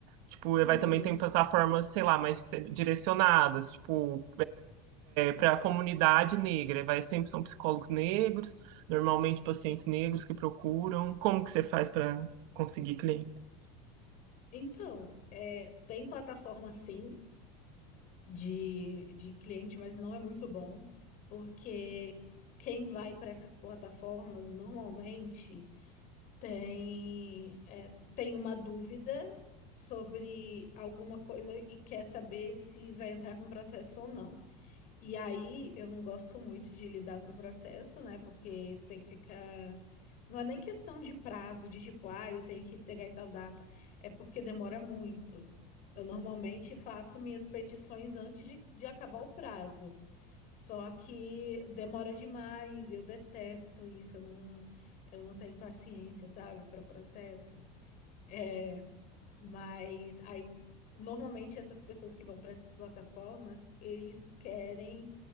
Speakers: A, on the right; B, on the left.
A: Tipo,
B: Uhum.
A: e vai também ter plataformas, sei lá, mais direcionadas, tipo, para a comunidade negra. E Vai sempre são psicólogos negros, normalmente pacientes negros que procuram. Como que você faz para conseguir clientes?
B: Então, é, tem plataforma sim, de, de cliente, mas não é muito bom, porque quem vai para essas plataformas normalmente tem, é, tem uma dúvida sobre alguma coisa e quer saber se vai entrar com processo ou não. E aí eu não gosto muito de lidar com o processo, né? Porque tem que ficar. Não é nem questão de prazo, de tipo, ah, eu tenho que entregar em tal data. É porque demora muito. Eu normalmente faço minhas petições antes de, de acabar o prazo. Só que demora demais, eu detesto isso, eu não, eu não tenho paciência, sabe, para processo. É, mas aí, normalmente essas pessoas que vão para essas plataformas, eles querem.